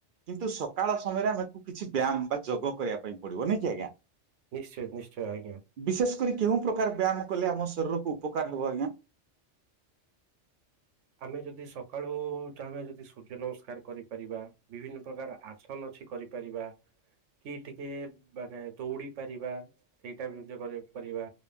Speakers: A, on the right (about 60°); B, on the right (about 80°).
A: କିନ୍ତୁ ସକାଳ ସମୟରେ ଆମକୁ କିଛି ବ୍ୟାୟାମ ବା ଯୋଗ କରିବା ପାଇଁ ପଡ଼ିବ। ନାଇଁ କି ଆଜ୍ଞା?
B: ନିଶ୍ଚୟ ନିଶ୍ଚୟ ଆଜ୍ଞା
A: ବିଶେଷ କରି କେଉଁ ପ୍ରକାର ବ୍ୟାୟାମ କଲେ ଆମ ଶରୀରକୁ ଉପକାର ହେବ ଆଜ୍ଞା?
B: ଆମେ ଯଦି ସକାଳୁ ଚାହୁେ ଯଦି ସୂର୍ଯ୍ୟ ନମସ୍କାର କରିପାରିବା ବିଭିନ୍ନ ପ୍ରକାର ଆସନ ଅଛି କରିପାରିବା। କି ଟିକେ ମାନେ ଦୌଡ଼ି ପାରିବା ସେଇ ଟାଇପ୍ ର ଯୋଗ ଯେ କରିବା